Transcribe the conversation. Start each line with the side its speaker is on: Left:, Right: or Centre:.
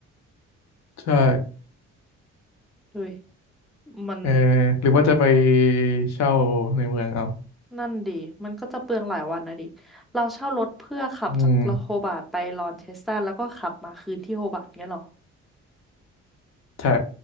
Left: ใช่
Centre: เฮ้ยมัน
Left: เออหรือว่าจะไปเช่าในเมืองเอา
Centre: นั่นดิมันก็จะเปลืองหลายวันนะดิเราเช่ารถเพื่อขับจากโฮบาร์ตไปลอนเชสตันแล้วก็ขับมาคืนที่โฮบาร์ตเงี้ยเหรอ
Left: อืมใช่